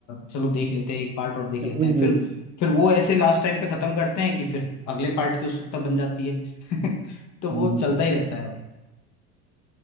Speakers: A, on the left; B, on the right.
A: चलो देख लेते हैं एक पार्ट और देख
B: वही
A: लेते हैं
B: वही
A: फिर
B: वही
A: फिर वो ऐसे लास्ट टाइम पे खत्म करते हैं कि फिर अगले पार्ट की उत्सुकता बन जाती है <laughs> तो वो
B: हम्म हम्म।
A: चलता ही रहता है मतलब